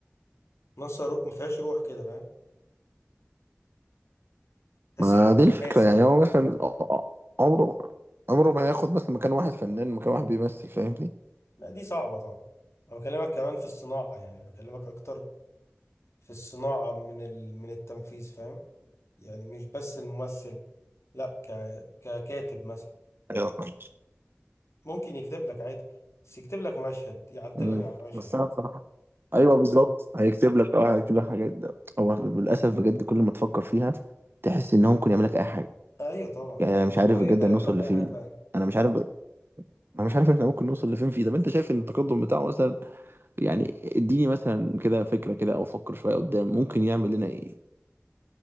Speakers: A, on the left; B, on the right.
A: ناقصة روح ما فيهاش روح كده فاهم تحس
B: ما
A: إن
B: دي الفكرة
A: قاسي
B: يعني
A: يعني.
B: هو مثلا عمره عمره ما هياخد مثلا مكان واحد فنان مكان واحد بيمثل فاهمني؟
A: لا دي صعبة طبعا أنا بكلمك كمان في الصناعة يعني بكلمك أكتر في الصناعة من ال... من التنفيذ فاهم يعني مش بس الممثل لا ك... ككاتب مثلا
B: ايوه فاهم
A: ممكن يكتب لك عادي بس يكتب لك مشهد يعدل
B: مم.
A: لك على مشهد
B: بس انا بصراحة ايوه بالظبط هيكتب لك اه هيكتب لك حاجات ده هو للاسف بجد كل ما تفكر فيها تحس ان هو ممكن يعمل لك اي حاجه
A: أيوه طبعا
B: يعني انا مش عارف
A: هو يقدر
B: بجد هنوصل
A: يعمل لك أي
B: لفين
A: حاجة فعلا
B: انا مش عارف انا مش عارف احنا ممكن نوصل لفين فيه طب انت شايف ان التقدم بتاعه مثلا يعني اديني مثلا كده فكره كده او فكر شويه قدام ممكن يعمل لنا ايه